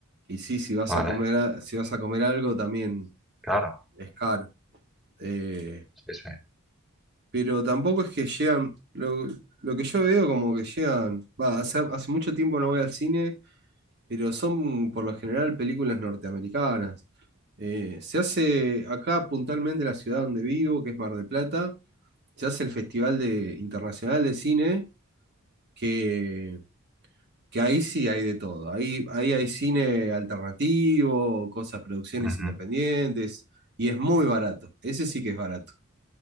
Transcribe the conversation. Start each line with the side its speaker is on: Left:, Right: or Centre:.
Right: Y sí, si vas
Centre: Vale,
Right: a comer, a- si vas a comer algo también
Centre: claro.
Right: es caro. Eh,
Centre: Sí, sí.
Right: pero tampoco es que llegan, lo, lo que yo veo como que llegan, va, hace, hace mucho tiempo no voy al cine, pero son por lo general películas norteamericanas. Eh, se hace acá puntualmente en la ciudad donde vivo, que es Mar del Plata. se hace el Festival de, Internacional de Cine, que, que ahí sí hay de todo. Ahí, ahí hay cine alternativo, cosas, producciones
Centre: Ujú,
Right: independientes, y es muy barato. Ese sí que es barato,